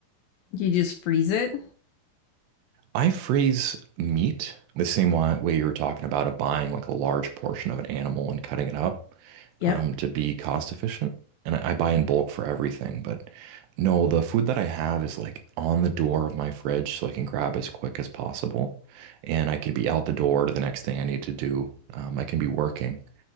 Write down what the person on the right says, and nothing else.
I freeze meat the same wa- way you were talking about of buying like a large portion of an animal and cutting it up
um, to be cost efficient. And I, I buy in bulk for everything, but no, the food that I have is like on the door of my fridge so I can grab as quick as possible. And I can be out the door to the next thing I need to do. Um, I can be working.